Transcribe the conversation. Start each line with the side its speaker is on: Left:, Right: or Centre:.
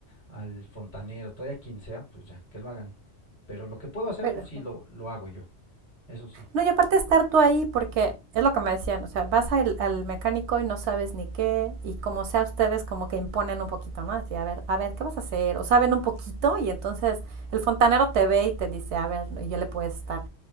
Left: al fontanero, todavía a quien sea, pues ya, que lo hagan. Pero lo que puedo hacer,
Right: Pero
Left: pues sí, lo, lo hago yo. Eso sí.
Right: No, y aparte estar tú ahí, porque es lo que me decían, o sea, vas al, al mecánico y no sabes ni qué, y como sea ustedes como que imponen un poquito, ¿no? Así, a ver, a ver, ¿qué vas a hacer? O saben un poquito y entonces el fontanero te ve y te dice, a ver, y ya le puedes estar.